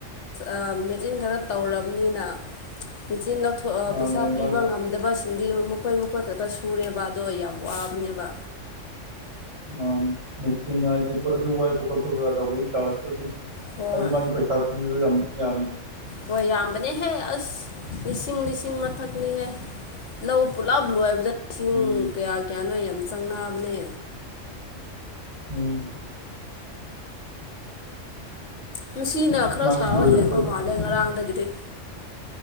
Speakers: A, on the left (about 65°); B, on the right (about 75°).
A: ꯑ ꯃꯦꯆꯤꯟ ꯈꯔ ꯇꯧꯔꯕꯅꯤꯅ ꯃꯦꯆꯤꯟ ꯂꯧ
B: ꯃꯥꯅꯦ
A: ꯄꯩꯁꯥ ꯄꯤꯕ
B: ꯃꯥꯒꯤ
A: ꯉꯝꯗꯕꯁꯤꯡꯗꯤ ꯃꯈꯣꯏ ꯃꯈꯣꯏ ꯈꯛꯇ ꯁꯨꯔꯦꯕ ꯑꯗꯣ ꯌꯥꯝ ꯋꯥꯕꯅꯦꯕ
B: ꯃꯥꯅꯦ ꯃꯦꯆꯤꯟ ꯍꯥꯏꯗꯤ ꯄꯣꯠ ꯑꯗꯨ ꯋꯥꯏꯕ ꯈꯣꯠꯄ ꯀꯩꯀꯥ ꯇꯧꯕꯋꯤ ꯆꯥꯔꯖꯇꯣ ꯑꯗꯨꯝ
A: ꯍꯣꯏ
B: ꯍꯥꯏꯗꯤ ꯃꯥꯒꯤ ꯄꯩꯁꯥ ꯄꯤꯗ ꯌꯥꯝ ꯌꯥꯝ
A: ꯍꯣꯏ ꯌꯥꯝꯕꯅꯦꯍꯦ ꯑꯁ ꯂꯤꯁꯤꯡ ꯂꯤꯁꯤꯡ ꯃꯊꯛꯅꯤꯍꯦ ꯂꯧ ꯄꯨꯂꯞ ꯂꯣꯏꯕꯗ ꯂꯤꯁꯤꯡ
B: ꯎꯝ
A: ꯀꯌꯥ ꯀꯌꯥꯅꯣ ꯌꯥꯝ ꯆꯪꯅꯕꯅꯦ
B: ꯎꯝ
A: ꯉꯁꯤꯅ ꯈꯔ
B: ꯃꯥꯒꯤ
A: ꯁꯥꯕ
B: ꯂꯣꯏꯔꯛꯄꯗ
A: ꯍꯦꯟꯕ ꯃꯥꯜꯂꯦ ꯉꯔꯥꯡꯗꯒꯤꯗꯤ